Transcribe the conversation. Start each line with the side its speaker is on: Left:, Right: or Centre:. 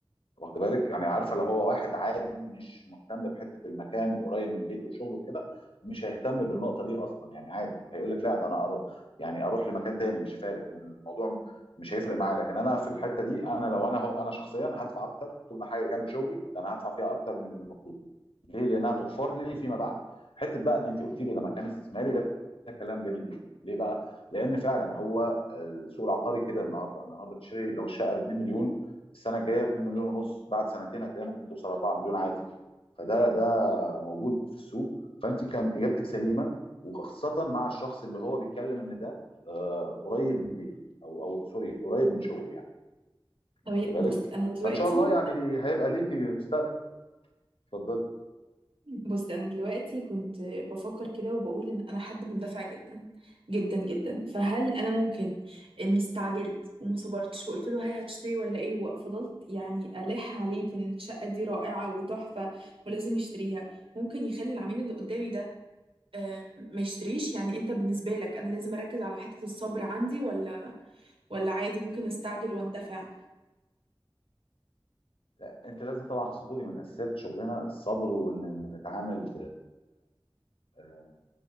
Left: واخد بالك يعني عارفه لو هو واحد عادي مش مهتم بحته المكان وقريب من بيته وشغله وكده مش هيهتم بالنقطه دي اصلا يعني عادي هيقول لك لا ده انا اروح يعني اروح لمكان تاني مش فارق من الموضوع مش هيفرق معايا لكن انا في الحته دي انا لو انا هو انا شخصيا هدفع اكتر طول ما حاجه جنب شغلي ده انا هدفع فيها اكتر من اللي المطلوب ليه؟ لانها توفر لي فيما بعد حته بقى ان انت قلت لي ده مكان استثماري ده ده كلام جميل جدا ليه بقى؟ لان فعلا هو السوق العقاري كده النهارده النهارده تشتري لو الشقه ب 2 مليون السنه الجايه ب 2 مليون ونص بعد سنتين هتلاقيها ممكن توصل 4 مليون عادي فده ده موجود في السوق فانت كان اجابتك سليمه وخاصه مع الشخص اللي هو بيتكلم ان ده آه، قريب من بيته او او سوري قريب من شغله يعني
Right: طب
Left: واخد بالك؟
Right: بص انا دلوقتي
Left: فان شاء الله يعني هيبقى ليكي مستقبل اتفضلي
Right: بص انا دلوقتي كنت بفكر كده وبقول ان انا حد مندفع جدا جدا جدا فهل انا ممكن اني استعجلت وما صبرتش وقلت له هاي هتشتري ولا ايه وفضلت يعني الح عليه بان الشقه دي رائعه وتحفه ولازم يشتريها ممكن يخلي العميل اللي قدامي ده آه، ما يشتريش يعني انت بالنسبه لك انا لازم اركز على حته الصبر عندي ولا ولا عادي ممكن استعجل واندفع
Left: لا انت لازم طبعا تصبري من اساسيات شغلنا الصبر وان نتعامل ب- آه،